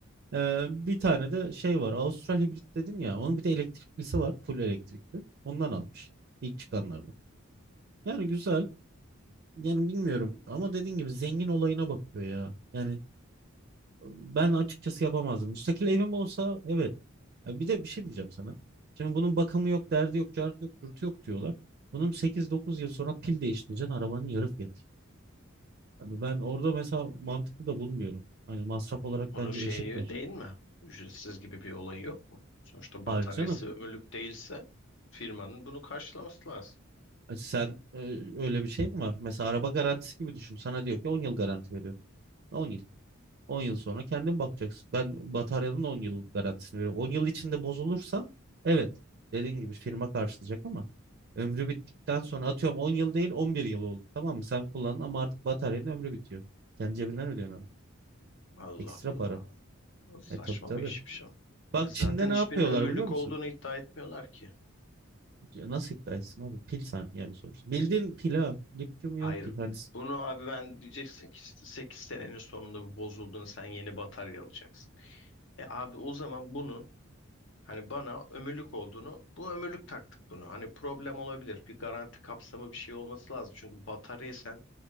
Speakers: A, on the right; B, on the left.
A: E, bir tane de şey var. Avustral hibrit dedin ya. Onun bir de elektriklisi var. Full elektrikli. Ondan almış. İlk çıkanlardan. Yani güzel. Yani bilmiyorum ama dediğin gibi zengin olayına bakıyor ya. Yani ben açıkçası yapamazdım. Müstakil evim olsa evet ya bir de bir şey diyeceğim sana. Şimdi bunun bakımı yok, derdi yok, cartı yok, dürtü yok diyorlar. Bunun sekiz dokuz yıl sonra pil değiştireceksin arabanın yarı fiyatı. Abi ben orada mesela mantıklı da bulmuyorum. Hani masraf olarak
B: Onun
A: bence
B: şeyi
A: eşitler.
B: değil mi? Ücretsiz gibi bir olayı yok mu? Sonuçta
A: Hayır
B: bataryası
A: canım.
B: ömürlük değilse firmanın bunu karşılaması lazım.
A: E Sen e, öyle bir şey mi var? Mesela araba garantisi gibi düşün. Sana diyor ki 10 yıl garanti veriyor. on yıl. 10 yıl sonra kendin bakacaksın. Ben bataryanın 10 yıllık garantisini veriyorum. 10 yıl içinde bozulursa evet dediğin gibi firma karşılayacak ama ömrü bittikten sonra atıyorum 10 yıl değil 11 yıl oldu. Tamam mı? Sen kullandın ama artık bataryanın ömrü bitiyor. Kendi cebinden ödüyorsun adam.
B: Allah
A: Ekstra
B: Allah.
A: para.
B: O saçma
A: E tabii tabii.
B: bir işmiş o.
A: Bak
B: Zaten
A: Çin'de ne
B: hiçbirinin
A: yapıyorlar
B: ömürlük
A: biliyor musun?
B: olduğunu iddia etmiyorlar ki.
A: Ya Nasıl iddia etsin abi? Pil sen yani sonuçta. Bildiğin pil ha. Lityum iyon
B: Hayır.
A: pil. Hani s-
B: Bunu abi ben diyeceksin ki 8 senenin sonunda bu bozulduğunu sen yeni batarya alacaksın. E abi o zaman bunun hani bana ömürlük olduğunu bu ömürlük taktık bunu. Hani problem olabilir. Bir garanti kapsamı bir şey olması lazım. Çünkü bataryayı sen